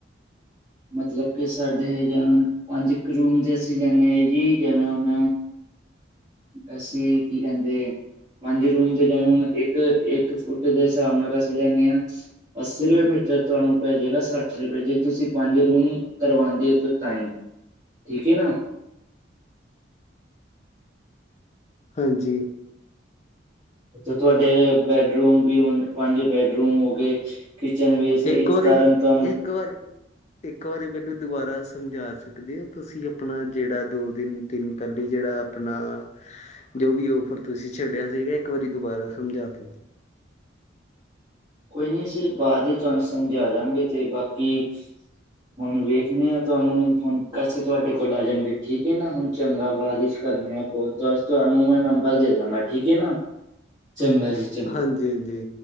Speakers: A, on the right (about 20°); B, on the left (about 35°).
A: ਮਤਲਬ ਕਿ ਸਾਡੇ ਜਿਵੇਂ ਪੰਜ ਇੱਕ ਰੂਮ ਦੇ ਅਸੀਂ ਲੈਂਦੇ ਹ ਜੀ ਜਿਵੇਂ ਹੁਣ ਅਸੀਂ ਕੀ ਕਹਿੰਦੇ ਪੰਜ ਰੂਮ ਤੇ ਜਾਵਣ ਇੱਕ ਇੱਕ ਇੱਕ ਫੁੱਟ ਦੇ ਹਿਸਾਬ ਨਾਲ ਅਸੀਂ ਲੈਂਦੇ ਹਾਂ ਅੱਸੀ ਰੁਪਏ ਮੀਟਰ ਤੁਹਾਨੂੰ ਪੈ ਜਾੇਗਾ ਸੱਠ ਰੁਪਏ ਜੇ ਤੁਸੀਂ ਪੰਜ ਰੂਮ ਕਰਵਾਉਂਦੇ ਉਥੇ ਤਾਈ ਠੀਕ ਹੈ ਨਾ
B: ਹਾਂਜੀ
A: ਉਥੇ ਤੁਹਾਡੇ ਬੈਡਰੂਮ ਵੀ ਹੁਣ ਪੰਜ ਬੈਡਰੂਮ ਹੋ ਗਏ ਕਿਚਨ ਵੇਸ ਇਸ
B: ਇੱਕ ਵਾਰੀ
A: ਕਾਰਨ ਤੁਹਾਨੂੰ
B: ਇੱਕ ਵਾਰੀ ਇੱਕ ਵਾਰੀ ਮੈਨੂੰ ਦੁਬਾਰਾ ਸਮਝਾ ਸਕਦੇ ਹੋ ਤੁਸੀਂ ਆਪਣਾ ਜਿਹੜਾ ਦੋ ਦਿਨ ਤਿੰਨ ਪਹਿੱਲਲੀ ਜਿਹੜਾ ਆਪਣਾ ਜੋ ਵੀ ਔਫਰ ਤੁਸੀਂ ਛੱਡਿਆ ਸੀਗਾ ਇੱਕ ਵਾਰੀ ਦੁਬਾਰਾ ਸਮਝਾ ਦੋ
A: ਕੋਈ ਨੀ ਅਸੀਂ ਬਾਅਦ ਹੀ ਤੁਹਾਨੂੰ ਸਮਝਾ ਦਾਂਗੇ ਤੇ ਬਾਕੀ ਹੁਣ ਵੇਖਣੇ ਆਾਂ ਤੁਹਾਨੂੰ ਹੁਣ ਪੈਸੇ ਤੁਹਾਡੇ ਕੋਲ ਆ ਜਾਂਗੇ ਠੀਕ ਹੈ ਨਾ ਹੁਣ ਚੰਗਾ ਬਾਅਦਿਸ਼ ਕਰਨੇ ਆ ਕੋਲ ਬਸ ਤੁਹਾਨੂੰ ਮੈਂ ਨੰਬਰ ਦੇ ਦਾਂਗਾ ਠੀਕ ਹੈ ਨਾ ਚੰਗਾ ਜੀ ਚੰਗਾ
B: ਹਾਂਜੀ ਹਾਂਜੀ